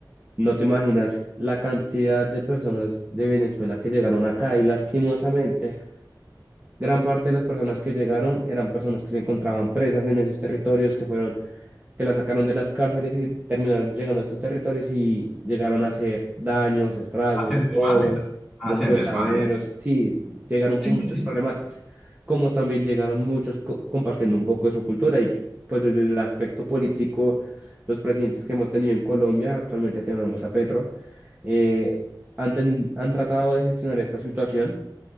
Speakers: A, on the right (about 20°); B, in the centre.
A: no te imaginas la cantidad de personas de Venezuela que llegaron acá y lastimosamente. Gran parte de las personas que llegaron eran personas que se encontraban presas en esos territorios, que fueron, que las sacaron de las cárceles y terminaron llegando a estos territorios y llegaron a hacer daños, estragos,
B: Hacer desmadre.
A: robos,
B: Hacer
A: deshuesaderos.
B: desmadre.
A: Sí, llegaron con
B: Sí,
A: muchas
B: sí, sí.
A: problemáticas, como también llegaron muchos co- compartiendo un poco de su cultura y pues desde el aspecto político, los presidentes que hemos tenido en Colombia, actualmente tenemos a Petro, eh, han, ten- han tratado de gestionar esta situación